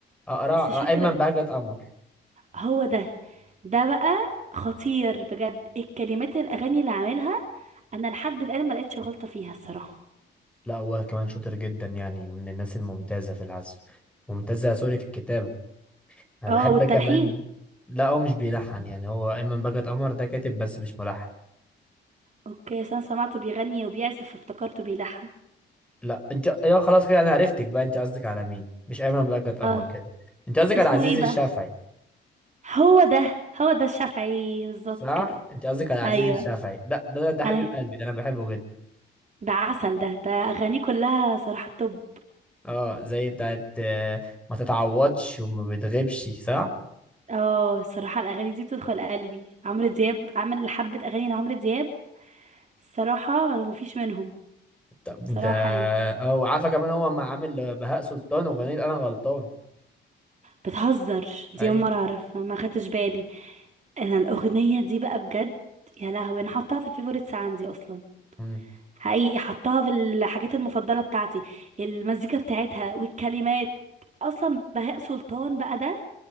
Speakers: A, in the centre; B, on the right.
A: اقرع
B: بس مش فاكره
A: ايمن بهجت قمر
B: هو ده ده بقى خطير بجد الكلمات الاغاني اللي عاملها انا لحد الان ما لقيتش غلطه فيها الصراحه
A: لا هو كمان شاطر جدا يعني من الناس الممتازه في العزف ممتازه سوري في الكتابه انا
B: اه
A: بحب
B: والتلحين
A: كمان لا هو مش بيلحن يعني هو ايمن بهجت قمر ده كاتب بس مش ملحن
B: اوكي أصل انا سمعته بيغني وبيعزف افتكرته بيلحن
A: لا انت يا خلاص كده انا عرفتك بقى انت قصدك على مين مش ايمن بلقت قمر
B: اه
A: كده انت قصدك
B: اسمه
A: على عزيز
B: ايه
A: الشافعي
B: بقى هو ده هو ده الشافعي بالظبط
A: صح
B: كده
A: انت قصدك على عزيز
B: ايوه
A: الشافعي ده ده ده حبيب
B: ايوه
A: قلبي ده انا بحبه جدا
B: ده عسل ده ده اغانيه كلها صراحة توب
A: اه زي بتاعت آه، ما تتعوضش وما بتغيبش صح
B: اه الصراحة الاغاني دي بتدخل قلبي عمرو دياب عمل حبة اغاني لعمرو دياب الصراحة انا مفيش منهم
A: طب
B: صراحة
A: انت
B: يعني
A: اه وعارفه كمان هو ما عامل بهاء سلطان واغنيه انا غلطان
B: بتهزر دي
A: ايوه
B: اول مرة اعرف ما خدتش بالي انا الاغنية دي بقى بجد يا لهوي انا حطاها في الفيفوريتس عندي اصلا
A: مم.
B: حقيقي حطاها في الحاجات المفضلة بتاعتي المزيكا بتاعتها والكلمات اصلا بهاء سلطان بقى ده